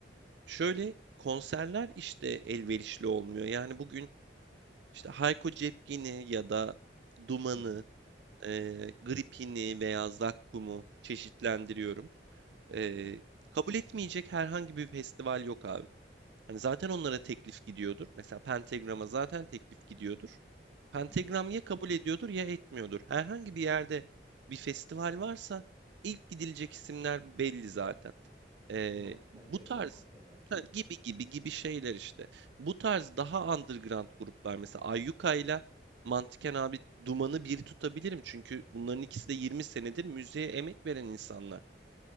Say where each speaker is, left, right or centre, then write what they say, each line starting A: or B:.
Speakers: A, on the right; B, on the right.
A: Şöyle konserler işte elverişli olmuyor. Yani bugün işte Hayko Cepkin'i ya da Duman'ı,
B: Hı hı,
A: eee Gripin'i veya Zakkum'u çeşitlendiriyorum. Eee,
B: hı hı,
A: kabul etmeyecek herhangi bir festival yok abi. Hani zaten onlara teklif gidiyordur. Mesela Pentagram'a zaten teklif gidiyordur. Pentagram
B: hı hı.
A: ya kabul ediyordur ya etmiyordur. Herhangi bir yerde bir festival varsa ilk gidilecek isimler belli zaten. Ee,
B: Duman, Pentagram,
A: bu tarz
B: Athena
A: ha, gibi gibi gibi şeyler işte. Bu tarz daha underground gruplar mesela Ayyuka ile Mantıken abi Duman'ı bir tutabilirim. Çünkü bunların ikisi de 20 senedir müziğe emek veren insanlar